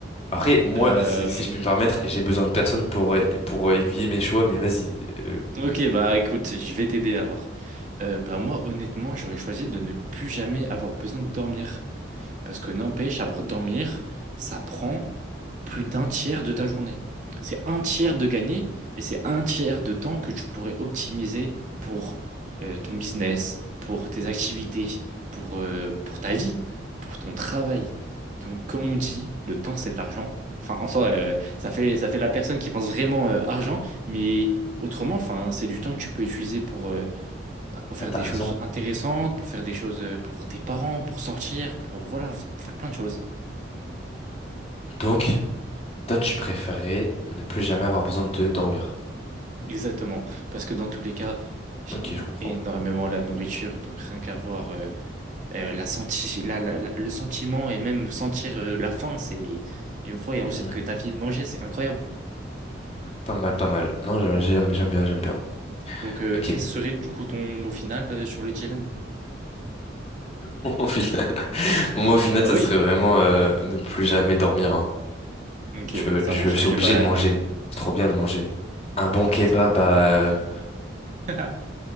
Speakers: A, on the left; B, on the right.
A: Après, moi,
B: Euh,
A: si, si je puis me permettre, j'ai besoin de personne pour, euh, pour euh, aiguiller mes choix, mais vas-y. euh,
B: ok, bah écoute, je vais t'aider alors. Euh, bah moi, honnêtement, j'aurais choisi de ne plus jamais avoir besoin de dormir. Parce que n'empêche, à dormir, ça prend plus d'un tiers de ta journée. C'est un tiers de gagné et c'est un tiers de temps que tu pourrais optimiser pour euh, ton business, pour tes activités, pour, euh, pour ta vie, pour ton travail. Donc, comme on dit, le temps, c'est de l'argent. Enfin, en soi, euh, ça fait, ça fait la personne qui pense vraiment euh, argent, mais autrement, enfin, c'est du temps que tu peux utiliser pour, euh, bah, pour faire
A: t'as
B: des
A: raison.
B: choses intéressantes, pour faire des choses, euh, pour voir tes parents, pour sortir, pour voilà, f- faire plein de choses.
A: Donc... Toi, tu préférais ne plus jamais avoir besoin de dormir.
B: Exactement. Parce que dans tous les cas, j'aime
A: Ok, je comprends.
B: énormément la nourriture. Donc rien qu'à voir euh, euh, la senti la- la- la- le sentiment et même sentir euh, la faim, c'est une fois et ensuite
A: Mhm.
B: que tu as fini de manger, c'est incroyable.
A: Pas mal, pas mal. Non, j'aime, j'aime j'aime bien, j'aime bien.
B: Donc euh,
A: Ok.
B: quel serait du coup ton mot final euh, sur le dilemme?
A: <laughs> Au final, moi, <laughs> au final,
B: Bah
A: ça
B: oui,
A: serait
B: enfin.
A: vraiment euh, ne plus jamais dormir. hein.
B: Ok,
A: Je peux,
B: ça
A: je,
B: marche.
A: suis
B: Ok,
A: obligé
B: bah
A: de manger. C'est trop bien de manger. Un bon
B: ouais,
A: kebab
B: je comprends.
A: à... <laughs> un
B: <laughs>